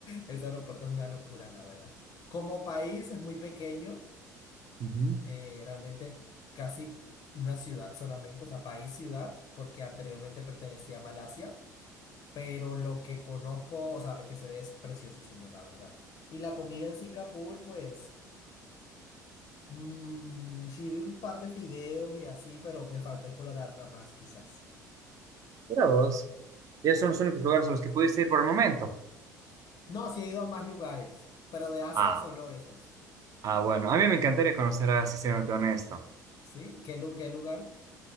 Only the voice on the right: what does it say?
Ujú.
Mira vos. Y esos son los únicos lugares a los que pudiste ir por el momento.
Ah,
ah, bueno. A mí me encantaría conocer a Sistemas Honesto.